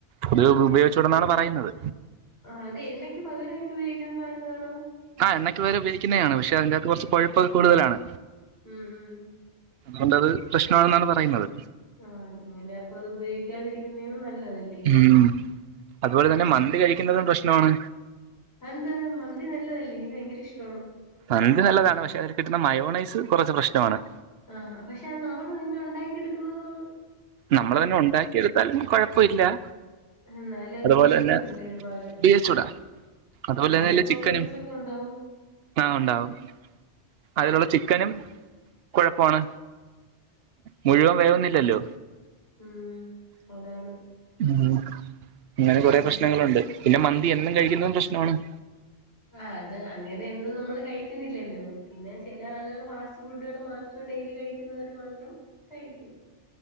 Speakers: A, on the right; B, on the left.
A: അത് ഉപയോഗിച്ചൂടെന്നാണ് പറയുന്നത്-
B: ആഹ് അത് എണ്ണയ്ക്ക് പകരായിട്ട് ഉപയോഗിക്കുന്ന സാനാണോ-
A: എണ്ണക്ക്പകരഉപയോഗിക്കുന്നെആണ്. പക്ഷെ അതിന്റെകത്ത് കൊറച്ച് കൊഴുപ്പൊക്കെ കൂടുതലാണ്
B: മ് മ്ഹ്-
A: അത് കൊണ്ടത് പ്രശ്നാണെന്നാണ് പറയുന്നത്-
B: ആഹ്. അങ്ങനെ അപ്പൊ അത് ഉപയോഗിക്കാതിരിക്കുന്നേണ് നല്ലത് ല്ലേ-
A: ഉം അതുപോലെ തന്നെ മന്തി കഴിക്കുന്നതും പ്രശ്നാണ്
B: അതന്ത് മന്തി നല്ലതല്ലേ എനിക്ക് ഭയങ്കര ഇഷ്
A: മന്തി നല്ലതാണ്. പക്ഷെ അതിൽ കിട്ടുന്ന മയോണൈസ് കൊറച്ച് പ്രശ്നാണ്-
B: ആഹ്. ഹ പക്ഷെ അത് നമ്മള് തന്നെ ഒണ്ടാക്കി എട്ക്കുന്നത്-
A: നമ്മള് തന്നെ ഒണ്ടാക്കിയെടുത്താലും കൊഴപ്പയില്ല-
B: എന്നാലും അത്
A: അതുപോലെ
B: ഉപയോഗിച്ചൂടല്ലേ
A: തന്നെ
B: ഒരുപാട്
A: ബി എചുടാ- അതുപോലെ
B: ഗ്യാസ്
A: തന്നല്ലേ
B: പ്രോബ്ലംസ്
A: ചിക്കനും
B: ഒക്കെ ഉണ്ടാവും
A: ആഹ് ഒണ്ടാവും- അതിലുള്ള ചിക്കനും കൊഴപ്പാണ് മുഴുവൻ വേകുന്നി ല്ലല്ലോ?
B: മ്ഹ് അതാണ്-
A: ഉം ഇങ്ങനെ കൊറെ
B: ഉം
A: പ്രശ്നങ്ങളുണ്ട് പിന്നെ മന്തി എന്നും കഴിക്കുന്നതും പ്രശ്നമാണ്-
B: ആഹ് അത് അങ്ങനെന്നും നമ്മൾ കഴിക്കുന്നില്ലല്ലോ പിന്നെ ചില ആളുകൾ ഫാസ്റ്റ് ഫുഡുകൾ മാത്രം- ഡെയിലികഴിക്കുന്നവരു മാത്രം കഴിക്കും-